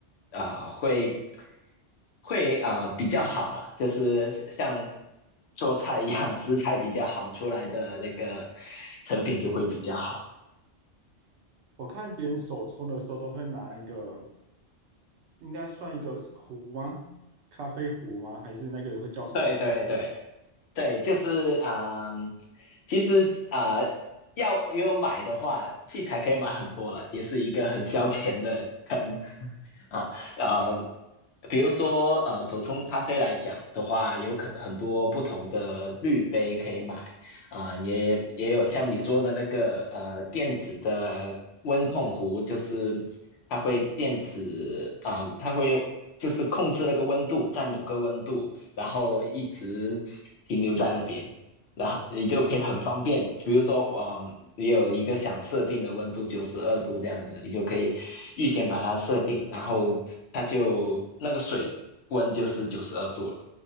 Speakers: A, on the left (about 75°); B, on the right (about 80°).
A: 啊、呃会会啊、呃比较好了，就是像做菜一样，食材比较好出来的那个成品就会比较好。
B: 我看别人手冲的时候都会拿一个，应该算一个是壶吗？咖啡壶吗？还是那个会叫什么？
A: <laughs> 对对对，对，就是啊、嗯其实啊、呃要要买的话，器材可以买很多了，也是一个很消遣的坑 <laughs> 啊。呃，比如说呃，手冲咖啡来讲的话，有可很多不同的滤杯可以买啊、也也有像你说的那个呃电子的温控壶，就是它会电子啊、它会就是控制那个温度在某个温度然后一直停留在那边，然后你就可以很方便，比如说，嗯，你有一个想设定的温度九十二度这样子，你就可以预先把它设定，然后它就那个水温就是九十二度了。